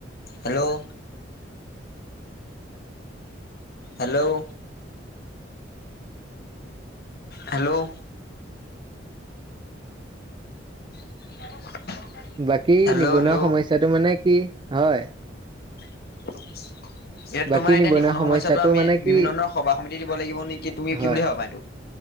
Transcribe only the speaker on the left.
হেল্ল' হেল্ল' হেল্ল' <unintelligible> <inaudible>
হেল্ল'
হেল্ল'
<unintelligible> <inaudible> এতিয়া
তোমাৰ এতিয়া নিবনুৱা সমস্যাটো আমি
বিভিন্ন ধৰণৰ সভা সমিতি দিব লাগিব নেকি তুমি
কি বুলি ভাবা এইটো